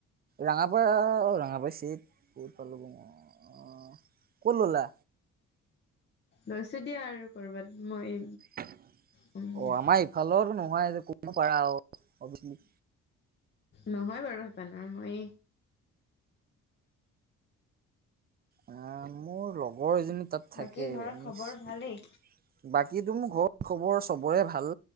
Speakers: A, on the right; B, on the left.
A: ৰঙাপাৰ অ' ৰঙাপাৰ চিনি <unintelligible> ক'ত ল'লা?
B: লৈছো দিয়া আৰু ক'ৰবাত মই
A: অ,
B: ক'ম দিয়া
A: ' আমাৰ ইফালতো নহয় যে ক'ব পাৰা আৰু অবিৱাচলি।
B: নহয় বাৰু সেইফালৰ মই
A: অ' মোৰ লগৰ এজনী তাত
B: বাকী
A: থাকে
B: ঘৰত
A: নিশ্চয়
B: খবৰ ভালেই
A: বাকী মোক ঘৰত খবৰ চবৰে ভাল।